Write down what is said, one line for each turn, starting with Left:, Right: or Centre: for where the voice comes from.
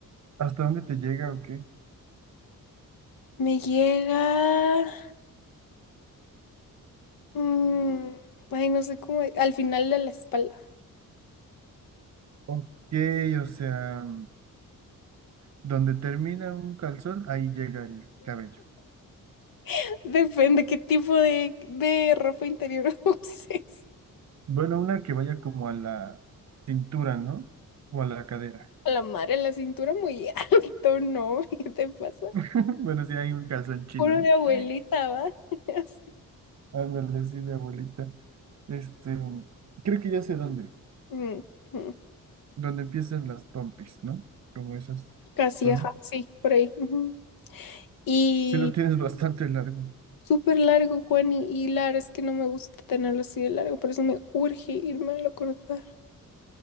Right: ¿Hasta dónde te llega o qué?
Left: Me llega... mm, Ay, no sé cómo... Al final de la espalda.
Right: Ok, o sea, donde termina un calzón, ahí llega el cabello.
Left: <laughs> Depende qué tipo de, de ropa interior <laughs> uses.
Right: Bueno, una que vaya como a la cintura, ¿no? O a la cadera.
Left: A la madre, la cintura muy alto, ¿no? <laughs> ¿Qué te pasa?
Right: <laughs> Bueno, sí hay un calzón chino,
Left: Puro
Right: ¿no?
Left: de abuelita,
Right: Sí.
Left: ¿va? <laughs> Así.
Right: Ándale, sí, de abuelita. Este, creo que ya sé dónde.
Left: Mm, mm.
Right: Donde empiezan las pompis, ¿no? Como esas
Left: Casi,
Right: son.
Left: ajá, sí, por ahí. ujú. Y
Right: Sí lo tienes <laughs> bastante largo.
Left: súper largo, Juan, y, y Lara, es que no me gusta tenerlo así de largo, por eso me urge irme a cortar.